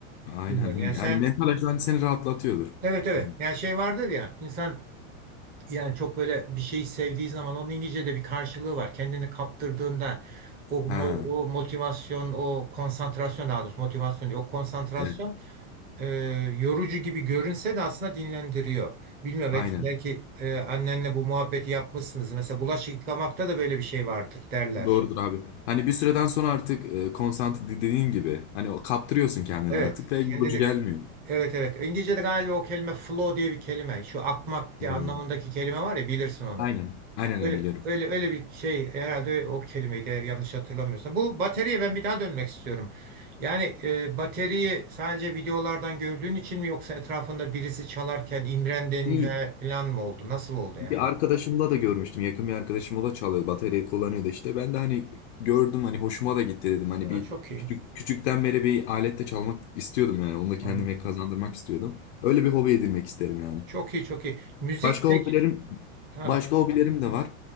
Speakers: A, on the left; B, on the right.
A: aynen.
B: Bilmiyorum. Yani
A: <laughs> Yani
B: sen
A: mental açıdan seni rahatlatıyordur.
B: evet evet
A: Yani,
B: yani şey vardır ya insan yani çok böyle bir şeyi sevdiği zaman onun İngilizce'de bir karşılığı var. Kendini kaptırdığında o, mo-
A: ha,
B: o motivasyon, o konsantrasyon daha doğrusu motivasyon değil, o konsantrasyon
A: evet,
B: e, yorucu gibi görünse de aslında dinlendiriyor. Bilmiyorum
A: aynen.
B: belki, belki e, annenle bu muhabbeti yapmışsınız. Mesela bulaşık yıkamakta da böyle bir şey vardır derler.
A: Doğrudur abi. Hani bir süreden sonra artık e, konsantre dediğin gibi hani o kaptırıyorsun kendini
B: Evet,
A: artık ve yorucu
B: kendini
A: gelmiyor.
B: Evet evet. İngilizce'de galiba o kelime flow diye bir kelime. Şu akmak diye
A: Yani,
B: anlamındaki kelime var ya bilirsin onu.
A: Aynen. Aynen
B: Öyle,
A: ben biliyorum.
B: öyle öyle bir şey herhalde o kelimeydi eğer yanlış hatırlamıyorsam. Bu bataryaya ben bir daha dönmek istiyorum. Yani e, bataryayı sadece videolardan gördüğün için mi yoksa etrafında birisi çalarken imrendin
A: İyi.
B: ve falan mı oldu? Nasıl oldu yani?
A: Bir arkadaşımda da görmüştüm. Yakın bir arkadaşım o da çalıyor. Bataryayı kullanıyordu işte. Ben de hani gördüm hani hoşuma da gitti dedim. Hani
B: Ha,
A: bir
B: çok iyi.
A: küçük, küçükten beri bir aletle çalmak istiyordum yani. Onu da kendime
B: Anladım.
A: kazandırmak istiyordum. Öyle bir hobi edinmek isterim yani.
B: Çok iyi çok iyi. Müzik
A: Başka
B: peki.
A: hobilerim
B: Ha,
A: başka hobilerim de var.